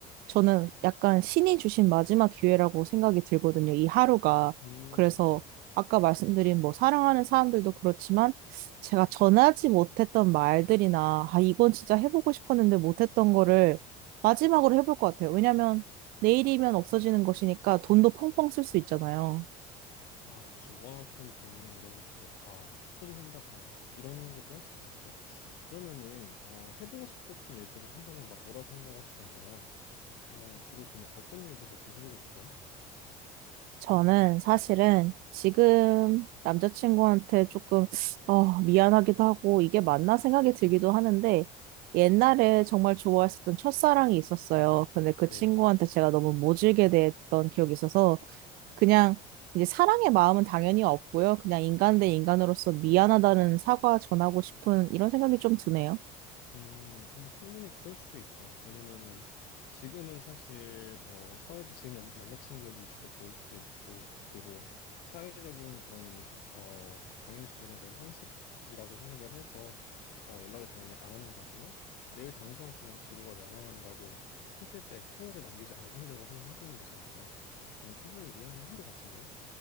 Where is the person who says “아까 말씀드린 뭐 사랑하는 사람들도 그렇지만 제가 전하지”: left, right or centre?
Right